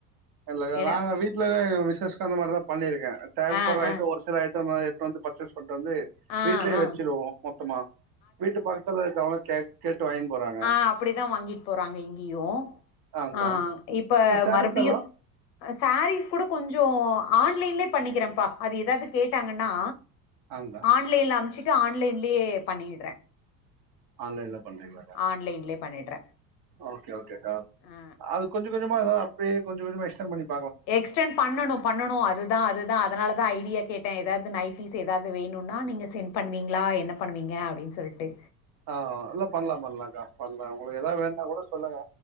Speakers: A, on the right; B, on the left.
A: இல்ல
B: இல
A: நாங்க வீட்டுல பிஸ்சனஸ்க்கு அந்த மாதிரிதான் பண்ணிருக்கேன் டேல்
B: ஆ
A: போற
B: ஆ
A: ஐட்டம் ஒரு சில ஐட்ட டமா எடுத்து பர்ச்சேஸ் பண்ணிட்டு வந்து
B: ஆ
A: வீட்லயே
B: ஆ
A: வச்சிருவோம் மொத்தமா வீட்டு பக்கத்தில்லவங்க கே கேட்டு வாங்கினு போறாங்க
B: ஆஹ் அப்படிதான் வாங்கிட்டு போறாங்க இங்கையும்
A: ஆங்க்கா
B: ஆஹ் இப்ப
A: இந்த சாரீஸ்
B: மறுபடியும்
A: எல்லா
B: சாரீஸ் கூட கொஞ்சோ ஆன்லைன்லே பண்ணி நினைக்கிறேப்பா அது ஏதாவது கேட்டாங்கன்னா
A: ஆங்க்கா
B: ஆன்லைன்ல அமுச்சு ஆன்லைன்லேயே பண்ணிடுறே
A: ஆன்லைன்ல பண்றீங்களாக்கா
B: ஆன்லைன்லயே பண்ணிடுறே
A: ஓக்கே ஓகேக்கா
B: ஆ
A: அது கொஞ்சோ கொஞ்சோ தான் அப்பயே கொஞ்ச கொஞ்சமா எக்ஸ்டண்ட் பண்ணிக்
B: எக்ஸ்டென் பண்ணனும் பண்ணனும் அதுதான் அதுதான் அதனால தான் ஐடியா கேட்டேன் ஏதாவது நைட்டீஸ் ஏதாவது வேணும்னா நீங்க சென்ட் பண்ணுவீங்களா என்ன பண்ணுவீங்க அப்படின்னு சொல்லிட்டு
A: ஆஹ் இல்ல பண்ணலாம் பண்ணலாம்க்கா பண்ணலாம் உங்களுக்கு ஏதாவது வேண்ணுனா கூட சொல்லுங்க